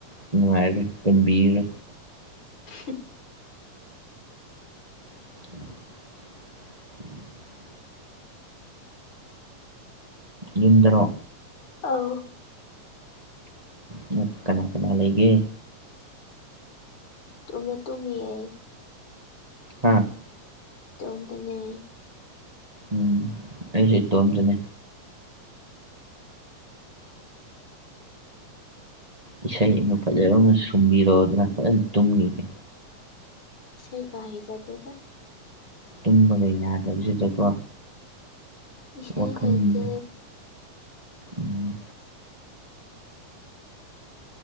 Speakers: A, on the right; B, on the left.
A: ꯅꯨꯡꯉꯥꯏꯔꯦ ꯄꯨꯟꯕꯤꯔꯣ
B: ꯎ
A: <unintelligible> ꯌꯨꯝꯗꯔꯣ
B: ꯑꯥꯎ
A: ꯅ ꯀꯅꯥ ꯀꯅꯥ ꯂꯩꯒꯦ
B: ꯏꯇꯣꯝꯗ ꯇꯨꯃꯤꯌꯦ
A: ꯍ
B: ꯇꯣꯝꯗꯅꯦ
A: ꯎꯝ ꯑꯩꯁꯨ ꯇꯣꯝꯇꯅꯦ ꯏꯁꯩ ꯑꯃ ꯐꯖꯕ ꯑꯃ ꯁꯨꯝꯕꯤꯔꯣꯑꯣ ꯑꯗꯨꯅ ꯐꯖꯅ ꯇꯨꯝꯒꯤꯒꯦ
B: ꯏꯁꯩ ꯀ ꯍ ꯆꯗꯦꯗ
A: ꯇꯨꯝꯕꯒꯩ ꯌꯥꯗꯕꯁꯤꯗꯀꯣ
B: ꯏꯁꯁꯥꯏ
A: ꯋꯥꯈꯜꯁꯦ
B: ꯍꯥꯏꯩꯇ
A: ꯎꯝ